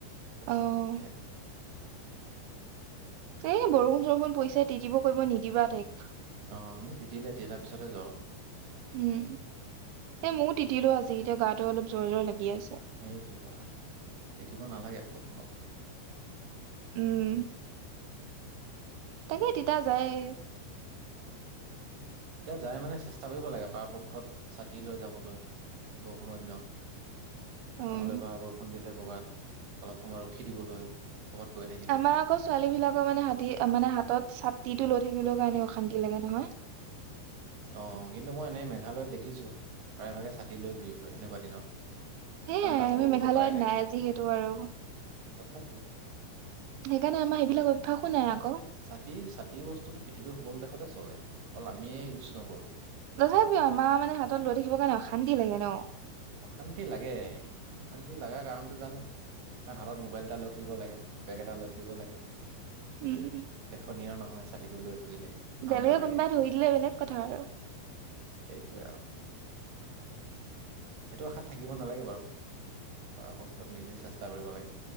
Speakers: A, on the right (about 80°); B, on the right (about 65°).
A: অ'
B: এতিয়া
A: এ বৰষুণ চৰষুণ পৰিছে তিতিব কৰিব নিদিবা তাইক
B: অ' সেই তিতিলে তিতাৰ পিছতে জ্বৰ
A: উম সেই ময়ো তিতিলো আজি এতিয়া গাটো অলপ জ্বৰ জ্বৰ লাগি- আছে
B: সেইটোৱে কথাটো। দিব নালাগে বৰষুণত
A: উম তাকে তিতা যায়।
B: তিতা যায় মানে চেষ্টা কৰিব লাগে পৰাপক্ষত ছাতি লৈ যাবলৈ বৰষুণৰ দিনত।
A: উম
B: নহলে বা বৰষুণ দিলে। কৰ'বাত অলপ সময় ৰখি দিবলৈ। ক'ৰবাত গৈ থাকিলে।
A: আমাৰ আকৌ ছোৱালী বিলাকৰ মানে হাতী মানে হাতত ছাতি। ছাতিটো লৈ থাকিলেও কাৰণে অশান্তি লাগে নহয়।
B: অ' কিন্তু মই এনেই মেঘালয়ত দেখিছোঁ প্ৰায়ভাগে ছাতি লৈ ঘূৰি ফুৰে এনেকুৱা দিনত।
A: সেই
B: কাৰণ তাত
A: আমি
B: বৰষুণটো
A: মেঘালয়ত
B: প্ৰায় থাকে।
A: নাই যিহেতো আৰু।
B: তথাপিও
A: সেইকাৰণে আমাৰ সেইবিলাক অভ্যাসো
B: একো
A: আকৌ।
B: নাই ছাতি ছাতিৰ বস্তুতো পৃথিৱীৰ সকলো দেশতে। চলে অকল আমিয়ে ইউজ নকৰোঁ।
A: তথাপিও আমাৰ মানে হাতত লৈ থাকিব কাৰণে অশা অশান্তি লাগে ন।
B: অশান্তি লাগে, অশান্তি লাগা কাৰণটো জানো কাৰণ হাতত মোবাইল এটা লৈ ফুৰিব লাগে, বেগ এটা লৈ ফুৰিব লাগে।
A: উম।
B: দেখনীয় নহ হয় ছাতিটো লৈ ফুৰিলে ভাল
A: বেলেগে
B: নালাগে
A: কোনোবাই ধৰি দিলে বেলেগ কথা আৰু।
B: সেইটোৱে আৰু সেইটো আশাত থাকিব নালাগে বাৰু, পৰাপক্ষত নিজে চেষ্টা কৰিব লাগে